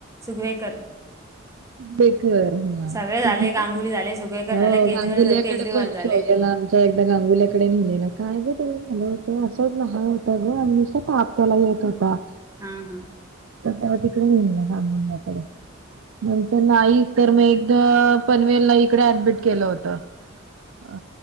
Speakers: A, on the right; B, on the right.
A: सुगवेकर.
B: बेकर, हां
A: सगळे
B: ते
A: झाले
B: झालंत,
A: गांगुली झाले सुगवेकर
B: हो
A: झाले केजरीवाल
B: गांगुलीकडे
A: केजरीवाल
B: पण
A: झाले
B: शो त्याला आमच्या एकदा गांगुल्याकडे नेलं होतं. काय ग त्याला काय झालं होतं? तो असाच लहान होता गं, नुसता त्याला ताप येत होता.
A: हा हा
B: तर त्याला तिकडे येईन <unintelligible> नंतर नाहीच तर मग एकदा पनवेलला इकडे ऍडमिट केलं होतं. अ